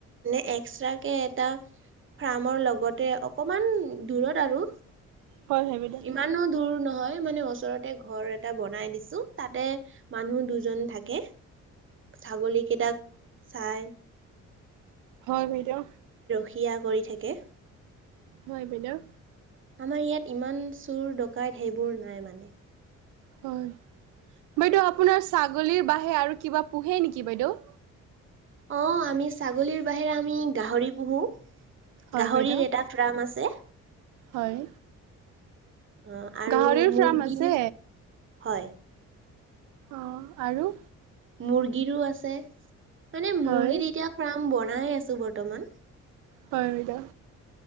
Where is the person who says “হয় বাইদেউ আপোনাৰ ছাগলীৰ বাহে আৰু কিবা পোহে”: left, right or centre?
Right